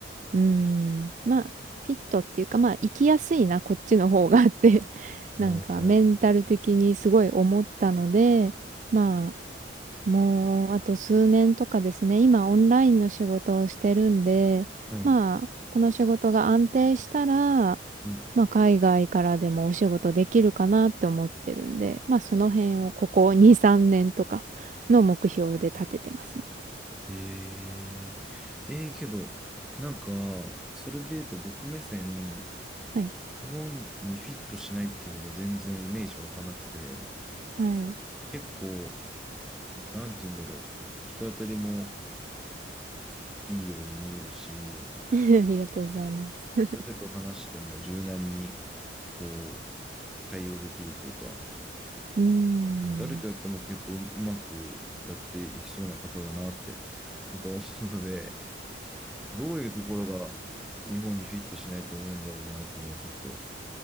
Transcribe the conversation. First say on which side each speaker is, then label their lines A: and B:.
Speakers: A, on the right (about 40°); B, in the centre.
A: うん、まあフィットっていうかまあ生きやすいなこっちの方がって <laughs> なんかメンタル的にすごい思ったので、
B: おーはい。
A: まあもう、あと数年とかですね。今、オンラインの仕事をしてるんで、
B: はい。
A: まあ、
B: はい
A: この仕事が安定したら、
B: うん
A: まあ、海外からでもお仕事できるかなって思ってるんで、まあ、その辺をここ2、3年とかの目標で立ててますね。
B: えー、えーけど、なんか、それで言うと僕目線、
A: はい。
B: 日本にフィットしないっていうのが全然イメージ湧かなくて、
A: はい。
B: 結構、なんて言うんだろう、人当たりもいいように見えるし、
A: <laughs> ありがとうございます。<laughs>
B: 誰と話しても柔軟に、こう、対応できるというか、
A: うーん。
B: うん誰とやっても結構うまくやっていきそうな方だなって僕は思うので、どういうところが日本にフィットしないと思うんだろうなっていうのをちょっと不思